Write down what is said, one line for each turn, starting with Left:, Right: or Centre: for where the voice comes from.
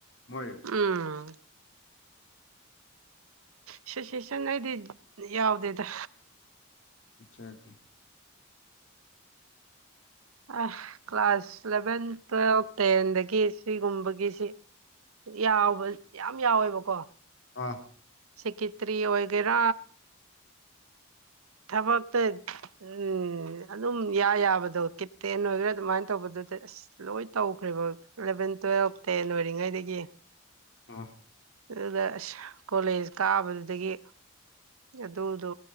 Left: ꯃꯣꯏ
Right: ꯎꯝ ꯑꯦꯁꯣꯁꯤꯌꯦꯁꯟ ꯑꯩꯗꯤ ꯌꯥꯎꯗꯦꯗ
Left: ꯑꯠꯆꯥꯆꯥ
Right: ꯑ ꯀ꯭ꯂꯥꯁ ꯏꯂꯦꯚꯦꯟ ꯇꯨꯋꯦꯜꯕ ꯇꯦꯟꯗꯒꯤ ꯁꯤꯒꯨꯝꯕꯒꯤꯁꯤ ꯌꯥꯎꯕ ꯌꯥꯝ ꯌꯥꯎꯋꯦꯕꯀꯣ
Left: ꯑ
Right: ꯁꯦꯀꯤꯇ꯭ꯔꯤ ꯑꯣꯏꯒꯦꯔꯥ ꯊꯕꯛꯇ ꯎꯝ ꯑꯗꯨꯝ ꯏꯌꯥ ꯌꯥꯕꯗꯣ ꯀꯤꯠꯇꯦ ꯑꯣꯏꯒꯦꯔꯥ ꯑꯗꯨꯃꯥꯏꯅ ꯇꯧꯕꯗꯨꯗ ꯑꯁ ꯂꯣꯏ ꯇꯧꯈ꯭ꯔꯦꯕ ꯏꯂꯚꯦꯟ ꯇꯨꯋꯦꯜꯐ ꯇꯦꯟ ꯑꯣꯏꯔꯤꯉꯩꯗꯒꯤ
Left: ꯑꯣ
Right: ꯑꯗꯨꯗ ꯑꯁ ꯀꯣꯂꯦꯖ ꯀꯥꯕꯗꯨꯗꯒꯤ ꯑꯗꯨꯗꯣ